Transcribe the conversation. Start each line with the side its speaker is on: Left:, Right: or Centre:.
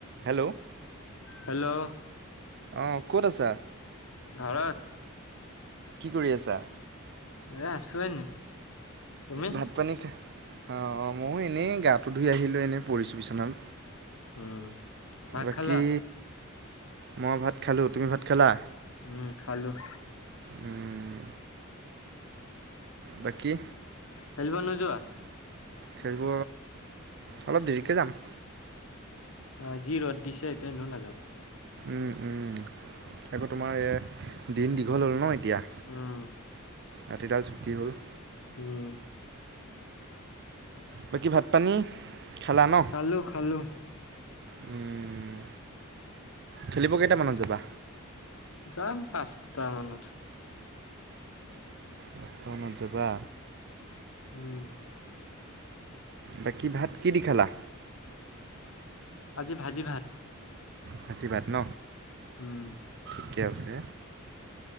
Right: Hello
Left: hello
Right: অ', ক'ত আছা?
Left: ভাৰত
Right: কি কৰি আছা?
Left: এ! আছোঁ এনে। তুমি
Right: ভাত পানী খাই, অ', অ' মইয়ো এনেই গাটো ধুই আহিলো। এনেই পৰিছো বিচনাত।
Left: উ'ম। ভাত
Right: বাকী
Left: খালা
Right: মই ভাত খালো। তুমি ভাত খালা?
Left: উম খালোঁ।
Right: উম, বাকী
Left: খেলিব নোযোৱা?
Right: খেলিব, অলপ দেৰিকে যাম।
Left: অ', যি ৰ'দ দিছে এতিয়া এনেও নাযাওঁ?
Right: উ'ম, উ'ম আকৌ তোমাৰ এ! দিন দীঘল হ'ল ন।
Left: উম
Right: ৰাতিডাল ছুটি হ'ল।
Left: হুম।
Right: বাকী ভাত পানী? খালা ন
Left: খালোঁ, খালোঁ।
Right: উ'ম, খেলিব কেইটামানত যাবা?
Left: যাম পাঁচটামানত।
Right: দহটা মানত যাবা?
Left: উম।
Right: বাকী ভাত কি দি খালা?
Left: আজি ভাজি ভাত।
Right: ভাজি ভাত ন।
Left: উম।
Right: ঠিকে আছে।